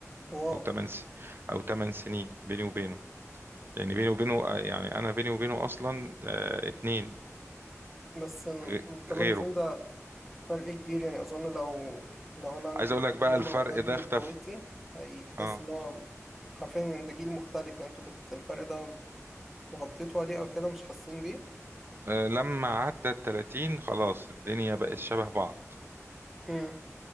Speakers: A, in the centre; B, on the right (about 45°).
A: واو
B: او تمن س... او تمن سنين بيني وبينه لان بيني وبينه آه، يعني انا بيني وبينه اصلا آه اتنين
A: بس
B: غ-
A: الثمان
B: غيره
A: سنين ده فرق كبير يعني أظن لو لو أنا عندي
B: عايز
A: الفرق
B: اقول لك بقى
A: ده
B: الفرق
A: مع حد
B: ده
A: من
B: اختفى
A: إخواتي هيحس
B: اه
A: إن هو حرفيا إن ده جيل مختلف يعني انتوا بت... الفرق ده مغطيتوا عليه أو كده مش حاسين بيه
B: آه، لما عدى ال 30 خلاص الدنيا بقت شبه بعض
A: امم